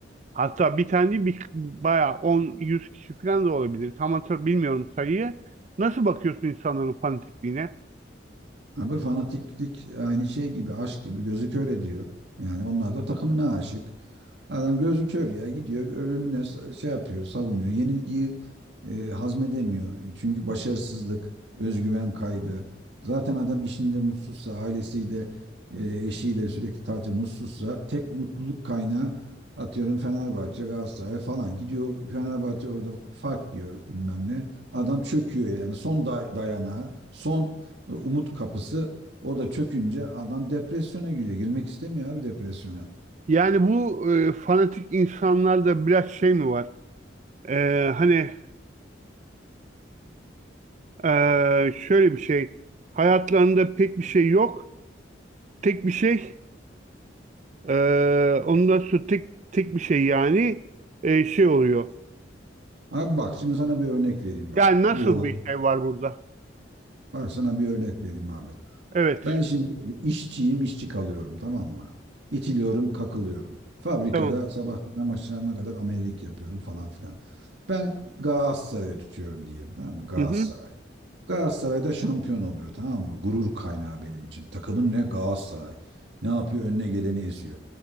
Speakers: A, on the right; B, on the right.
A: Hatta bir tane değil, bir, bayağı 10-100 kişi falan da olabilir. Tam hatır, bilmiyorum sayıyı. Nasıl bakıyorsun insanların fanatikliğine?
B: Abi fanatiklik aynı şey gibi, aşk gibi gözü kör ediyor. Yani onlar da takımına aşık. Adam gözü kör ya gidiyor ölümüne sa- şey yapıyor, savunuyor. Yenilgiyi e, hazmedemiyor. Çünkü başarısızlık, özgüven kaybı. Zaten adam işinde mutsuzsa, ailesiyle, e, eşiyle sürekli tatil mutsuzsa tek mutluluk kaynağı atıyorum Fenerbahçe, Galatasaray falan. Gidiyor Fenerbahçe orada fark yiyor bilmem ne. Adam çöküyor yani. Son day- dayanağı, son e, umut kapısı orada çökünce adam depresyona giriyor. Girmek istemiyor abi depresyona.
A: Yani bu e, fanatik insanlarda biraz şey mi var? E, hani e, şöyle bir şey. Hayatlarında pek bir şey yok. Tek bir şey. E, ondan sonra tek, tek bir şey yani e, şey oluyor.
B: Abi bak şimdi sana bir örnek vereyim bak.
A: Yani nasıl
B: Bu olay.
A: bir şey var burada?
B: Bak sana bir örnek vereyim abi.
A: Evet.
B: Ben şimdi işçiyim, işçi kalıyorum tamam mı? İtiliyorum, kakılıyorum. Fabrikada
A: Tamam.
B: sabahtan akşama kadar amelelik yapıyorum falan filan. Ben Galatasaray'ı tutuyorum diyeyim tamam mı? Galatasaray.
A: Hı hı.
B: Galatasaray'da şampiyon oluyor tamam mı? Gurur kaynağı benim için. Takımın ne? Galatasaray. Ne yapıyor? Önüne geleni eziyor.